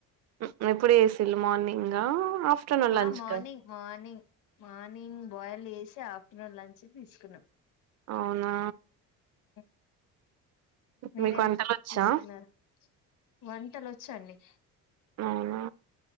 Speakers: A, on the right; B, on the left.
A: ఉ ఎప్పుడు వేసళు మార్నింగా ఆఫ్టర్నూన్ లంచ్
B: ఆ మార్నింగ్
A: కా
B: మార్నింగ్ మార్నింగ్ బాయిల్ చేసి ఆ ఆఫ్టర్నూన్ లంచ్ కి తీసుకున్నా
A: అవునా
B: ఉ మీరేం
A: మీకు వంటలు వచ్చా
B: తీసుకున్నారు వంటలో వ చ్చ అండి
A: అవునా